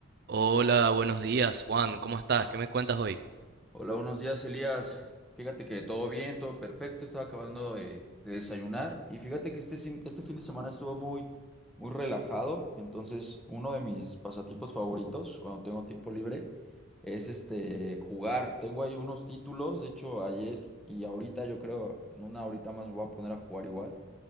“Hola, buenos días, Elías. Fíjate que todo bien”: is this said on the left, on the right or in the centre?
Centre